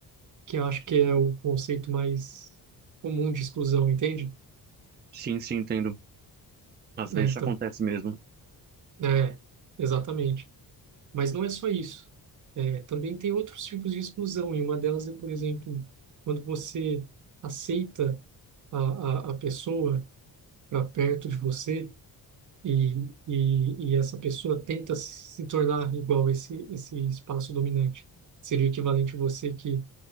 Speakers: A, on the right; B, on the right.
A: que eu acho que é o conceito mais comum de exclusão, entende?
B: Sim, sim, entendo. Às
A: É,
B: vezes
A: então,
B: acontece mesmo.
A: é, exatamente. Mas não é só isso. É, também tem outros tipos de exclusão, e uma delas é, por exemplo, quando você aceita a, a, a pessoa para perto de você E, e, e essa pessoa tenta se tornar igual a esse esse espaço dominante. Seria o equivalente a você que